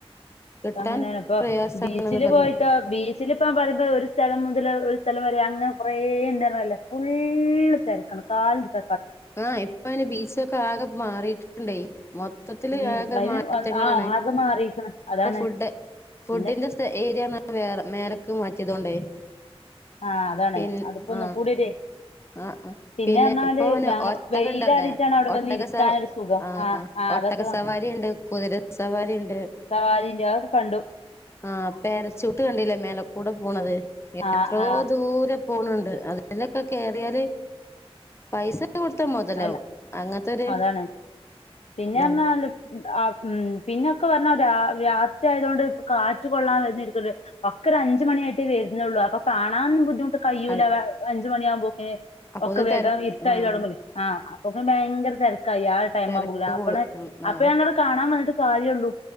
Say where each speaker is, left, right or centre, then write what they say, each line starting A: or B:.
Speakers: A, on the left (about 25°); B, on the left (about 85°).
A: കിട്ടാൻ
B: അങ്ങനെയാണ് അപ്പൊ
A: പ്രയാസാണെന്ന്
B: ബീച്ചില്
A: പറഞ്ഞ്
B: പോയിട്ടോ ബീച്ചിലിപ്പ <unintelligible> ഒരു സ്ഥലം മുതല ഒരു സ്ഥലം വരയാ അങ്ങെ കുറെ ഉണ്ടാരുന്നല്ലോ. ഫുള്ള് തിരക്കാണ് കാലത്ത
A: ആ ഇപ്പെ ബീച്ചൊക്കെ ആകെ മാറിട്ട ട്ടെ മൊത്തത്തില്
B: ഉം
A: ആകെ
B: അതിന്
A: മാറ്റങ്ങളാണ്.
B: ആഹ് ആകെ മാറിക്കണ് അതാണ്
A: ഇപ്പൊ ഫുഡ് ഫുഡിന്റെ
B: പിന്നെ
A: ഏരിയാന്ന് പറഞ്ഞ വേറെ ക് മാറ്റിയതോണ്ടേ
B: ആ അതാാണ്
A: പിന്നെ
B: അതിപ്പോ ഒന്നും
A: ആഹ്
B: കൂടിട
A: ആഹ് ആഹ്
B: പിന്നെ ന്നാല്
A: ഇപ്പൊ ഓന്
B: ഞങ്ങ
A: ഒട്ടകണ്ട്
B: വെയിലറിയിട്ടാണ് അവിടെ
A: ഒട്ടക
B: വന്ന് ഇരിക്കാനൊരു
A: സ
B: സുഖം
A: ആഹ്
B: ആ ആ
A: ഒട്ടക
B: അതൊക്കെ വ
A: സവാരി ഇണ്ട് കുതിര സവാരി ഇണ്ട്
B: സവാരീന്റെ അതൊക്കെ കണ്ടു
A: ആ പേരച്ചൂട്ട് കണ്ടല്ലേ മേലെ കൂടെ പോണത്.
B: ആഹ്
A: എത്രോ
B: ആഹ്
A: ദൂരം പോണണ്ട് അതിലൊക്കെ കേറിയല് പൈസ കൊടുത്താ മൊതലാവും
B: അല്ല
A: അങ്ങനത്തൊരു
B: അതാണ് പിന്നൊല്
A: ഇതാണ്
B: ആ ഉം പിന്നെ ഒക്കെ പറഞ്ഞ രാത്രിയത കൊണ്ട് കാറ്റ് കൊള്ളാൻ വരിരിക്ക ഒക്കെ ഒരു അഞ്ച മണിയായിയിട്ട് വരുന്നുള്ളൂ അപ്പൊ കാണാൻ ബുദ്ധി കഴ്യൂല്ല
A: അത്
B: അഞ്ച് മണിയാകുമ്പോക്കെ
A: അപ്പൊത്
B: ഒക്കെ വേഗം
A: തെര
B: ഇരുട്ടായി
A: ആഹ്
B: തുടങ്ങൂല്ലേ ആ അപ്പൊക്കെ ഭയങ്കര തെര കയ്യ ആ ടൈംമാ
A: തെരക്ക്
B: അപ്പ
A: കൂടും ഉം
B: അപ്പൊ
A: ആഹ്
B: ങ്ങട് കാണാൻ <unintelligible> കാര്യള്ളൂ